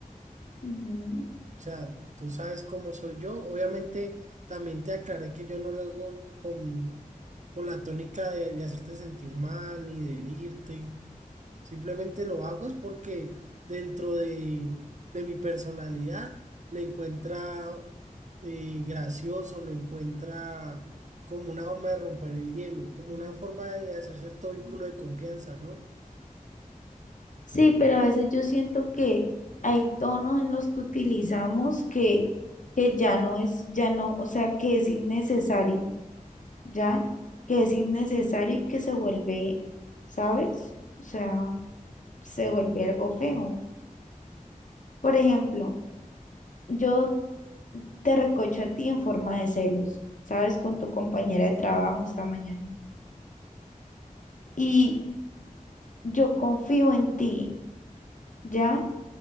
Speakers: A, on the left (about 65°); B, on the right (about 55°).
A: Ujú.
B: sea, tú sabes cómo soy yo. Obviamente también te aclaré que yo no lo hago con, con la tónica de, de hacerte sentir mal ni de herirte. Simplemente lo hago es porque dentro de, de mi personalidad le encuentra eh, gracioso, lo encuentra como una forma de romper el hielo, como una forma de hacer cierto vínculo de confianza, ¿no?
A: Sí, pero a veces yo siento que hay tonos en los que utilizamos que, que ya no es, ya no, o sea, que es innecesario, ¿ya? Que es innecesario y que se vuelve, ¿sabes? O sea, se vuelve algo feo. Por ejemplo, yo te recocho a ti en forma de celos, ¿sabes? Con tu compañera de trabajo esta mañana. Y yo confío en ti, ¿ya?